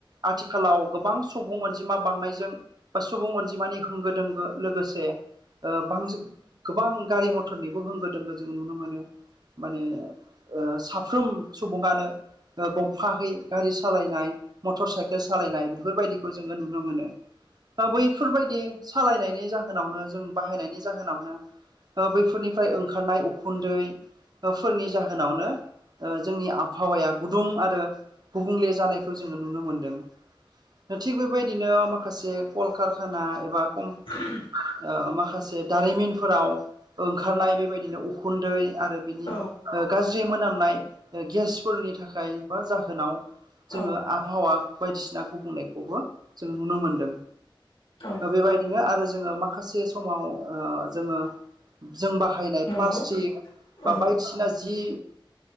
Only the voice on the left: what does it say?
<inaudible>
औ
औ
औ
नंगौ
औ